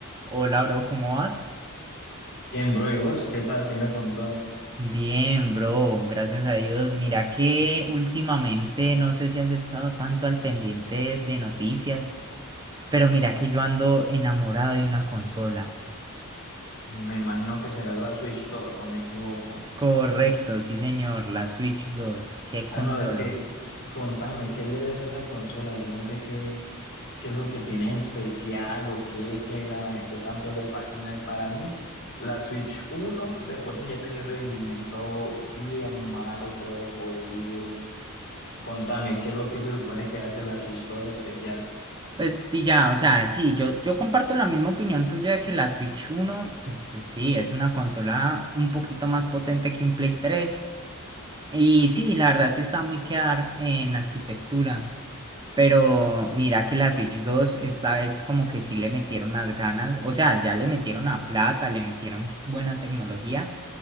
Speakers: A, on the right; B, on the left.
A: Hola, bro, ¿cómo vas?
B: Bien, bro, ¿y vos qué tal? ¿Qué me contás?
A: Bien, bro, gracias a Dios. Mira que últimamente no sé si has estado tanto al pendiente de noticias, pero mira que yo ando enamorado de una consola.
B: Me imagino que será la Switch dos ¿o me equivoco?
A: Correcto, sí, señor, la Switch 2, Qué
B: Ah,
A: consolón.
B: no, es que contame, ¿qué le ves a esa consola? Yo no sé qué, qué es lo que tiene especial o qué, qué a la gente tanto le fascina. Y para mí, la Switch uno de por sí ya tenía un rendimiento bien malo, todo jodido. Contame, ¿qué es lo que se supone que hace la Switch dos especial?
A: Pues pilla, o sea, sí, yo, yo comparto la misma opinión tuya de que la Switch uno, pues sí, es una consola un poquito más potente que un Play tres Y sí, la verdad sí está muy quedar en arquitectura. Pero mira que la Switch 2 esta vez como que sí le metieron las ganas, o sea, ya le metieron a plata, le metieron buena tecnología,